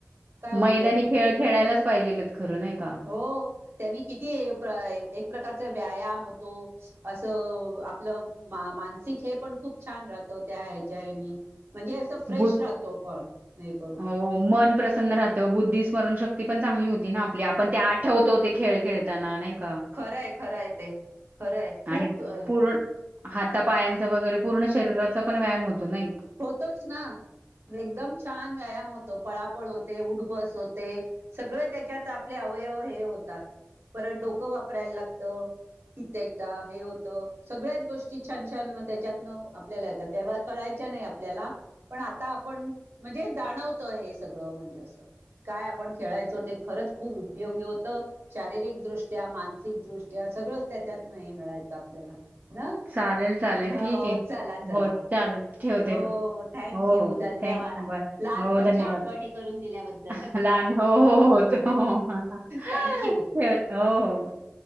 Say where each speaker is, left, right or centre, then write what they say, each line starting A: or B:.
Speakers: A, on the right; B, on the right.
A: काय उपयोग
B: मैदानी खेळ खेळायलाच पाहिजेलेत खरं नाय का.
A: हो त्यानी किती एक प्र-प्रकारचा व्यायाम होतो. असं आपलं मा-मानसिक हे पण खूप छान राहत. त्या ह्याच्यानी म्हणजेच फ्रेश
B: बुध
A: राहतो पण हे करून
B: हो मन प्रसन राहत तर बुद्धि स्मरण शक्ती पण चांगली होती ना आपली आपण ते आठवतोते खेळ खेळताना नाही का?
A: खरंय खरंय ते खरंय खूप
B: आणि
A: अ
B: पूर्ण हातापायांचा वगैरे पूर्ण शरीराचा पण व्यायाम होतो ना
A: होतोच ना एकदम छान व्यायाम होतो. पळापळ होते उठबस होते सगळे त्याच्यात आपले अवयव हे होतात. परत डोकं वापरायला लागतं. कित्येकदा हे होतं सगळ्याच गोष्टी छान छान त्याच्यातन आपल्याला येतात तेव्हा कळाय चा नाय आपल्याला पण आता आपण म्हणजे जाणवत हे सगळं म्हणजे असं काय आपण खेळायचो ते खरंच खूप उपयोगी होतं. शारीरिक दृष्ट्या, मानसिकदृष्ट्या सगळं त्याच्यातन हे मिळायचं आपल्याला ना
B: चालेल, चालेल
A: हव
B: ठीक आहे.
A: चला चला
B: हो चालेल. ठेवते
A: हो
B: म
A: थँक
B: हो
A: यू
B: हो
A: धन्यवाद
B: थँक बाय
A: लहानपणच्या
B: हो धन्यवाद.
A: आठवणी करून दिल्याबद्दल
B: <unintelligible> लहान हो हो हो हो ठेव हो हो हो हा हा
A: थँक यू
B: हो हो <unintelligible>